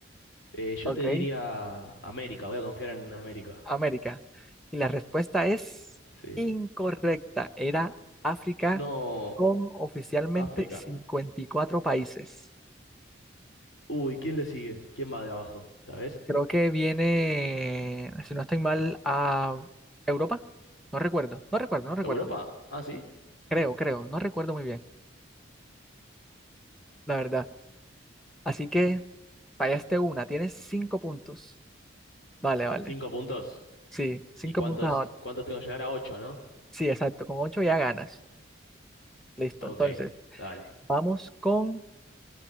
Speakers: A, on the left; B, in the centre.
A: Eh, yo
B: Ok,
A: te diría América, voy a confiar en América.
B: América. Y la respuesta es
A: Sí.
B: incorrecta. Era África
A: No,
B: con oficialmente
A: África.
B: 54 países.
A: Uy, ¿quién le sigue? ¿Quién va de abajo? ¿Sabes?
B: Creo que viene, si no estoy mal, a Europa. No recuerdo, no recuerdo, no recuerdo.
A: ¿Europa? Ah, sí.
B: Creo, creo, no recuerdo muy bien, la verdad. Así que fallaste una, tienes cinco puntos. Vale, vale.
A: Cinco puntos.
B: Sí, cinco
A: ¿Y cuántos,
B: puntos ahora.
A: cuántos tengo que llegar a ocho, no?
B: Sí, exacto, con ocho ya ganas. Listo,
A: Ok,
B: entonces,
A: dale.
B: vamos con